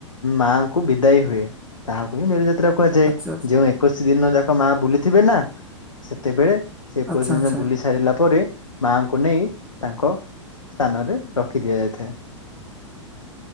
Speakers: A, on the left; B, in the centre.
A: ମାଆଙ୍କୁ ବିଦାୟୀ ହୁଏ ତାହାଙ୍କୁ ହିଁ ମେରୁଜାତ୍ରା କୁହାଯାଏ
B: ଆଚ୍ଛା
A: ଯେଉଁ ଏ ଏକୋଇଶି ଦିନ ଯାକ ମାଆ ବୁଲିଥିବେ ନା ସେତେବେଳେ ସେଇ ଏକୋଇଶି
B: ଆଚ୍ଛା
A: ଦିନ
B: ଆଚ୍ଛା
A: ବୁଲି ସାରିଲା ପରେ ମାଆଙ୍କୁ ନେଇ ତାଙ୍କ ସ୍ଥାନରେ ରଖି ଦିଆଯାଇଥାଏ।